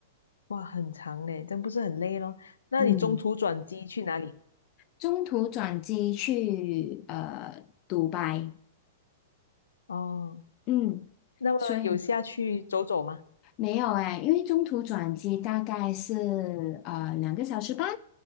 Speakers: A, on the left; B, on the left.
A: 哇，很长嘞，真不是很累咯。那你中途转机去哪里？
B: 嗯，中途转机去呃独白，
A: 哦，
B: 嗯，
A: 那么有下去走走吗？
B: 所以没有哎，因为中途转机大概是呃两个小时半，